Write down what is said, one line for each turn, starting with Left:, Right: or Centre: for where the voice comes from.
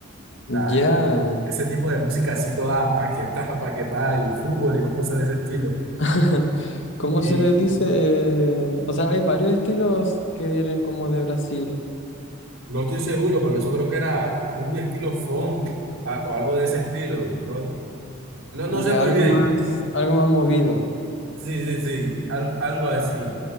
Right: O sea,
Left: Ya.
Right: ese tipo de música así toda paquetada, paquetada y fútbol y más cosas de ese estilo.
Left: <laughs> ¿Cómo
Right: Y
Left: se les dice? O sea, hay varios estilos que vienen como de Brasil.
Right: no estoy seguro, pero eso creo que era un estilo funk a- o algo de ese estilo. No, no, no
Left: Ya
Right: sé muy
Left: algo
Right: bien.
Left: más, algo más movido.
Right: Sí, sí, sí, al- algo así.